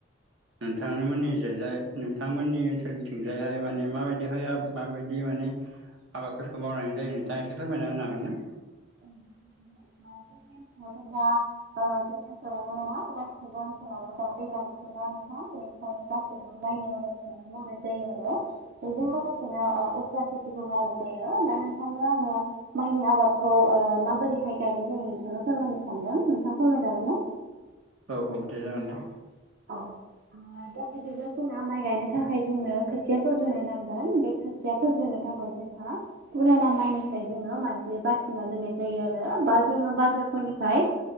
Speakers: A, on the right; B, on the right.
A: नोंथांमोननि जायजाय नोंथांमोननि ओनसोलनिथिंजायहाय माने माबायदिहाय माबायदि माने आबादफोरखौ मावनाय जायो नोंथाङा एसे फोरमायना होनो हागोन ना?
B: जोंथिं थ' दा जोंनि ओनसोलावल' नङा गोबां ओनसोलाव दा दैज्लां बोथोर ना नोंथां बेनिखायनो गासैबो मनायनि आबादखौनो मावनाय जायो आरो। बेजों लोगोसेनो ओ उफ्रा खेथिबो मावनाय जायो दा नोंथांनो आङो माइनि आबाद खौ ओ माबोरैहाय गायनाय जायो नोंथांनो फोरमायनो सानदों नोंथां फोरमायजागोन ना
A: औ औ दे जागोन
B: औ
A: दे
B: औ ओ दा बिदिब्ला जोंना माइ गायनो थाखाय जोंनो खोथिया फोग्रोनो नांगोन बे खोथिया फोग्रोनो <unintelligible> जोंहा फुराना माइनिफ्राय जोङो माइज्लि बासिना दोननाय जायो आरो बा जोङो बाजारफोरनिफ्राय